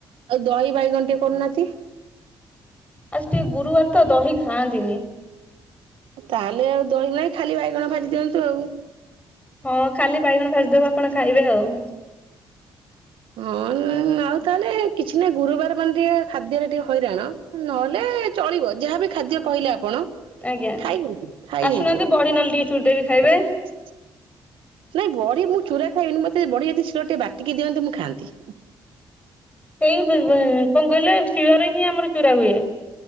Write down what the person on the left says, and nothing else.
ଆଉ ଟିକେ ଗୁରୁବାର ତ ଦହି ଖାଆନ୍ତିନି।
ହଁ ଖାଲି ବାଇଗଣ ଭାଜିଦବୁ ଆପଣ ଖାଇବେ ଆଉ।
ଆଜ୍ଞା
ଆସୁନାହାନ୍ତି
ବଡ଼ି ନହେଲେ ଟିକେ ଚୁରିଦେବି ଖାଇବେ।
ସେଇ ବିଲ୍ ବି କଁ କହିଲେ ଶିଳରେ ହିଁ ଆମର ଚୁରା ହୁଏ।